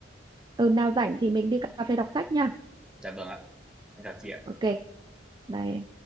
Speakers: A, on the right; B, in the centre.
A: ừ nào rảnh thì mình đi cà phê đọc sách nha
B: dạ vâng ạ em chào chị ạ
A: ok bye